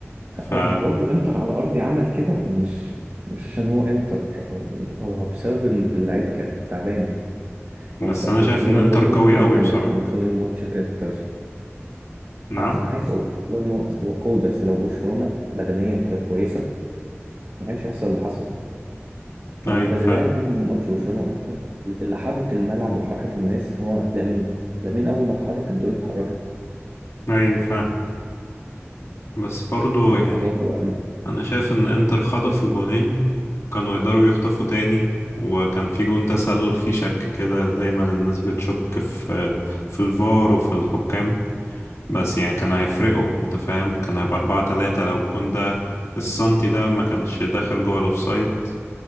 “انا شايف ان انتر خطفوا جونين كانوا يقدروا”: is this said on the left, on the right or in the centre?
Left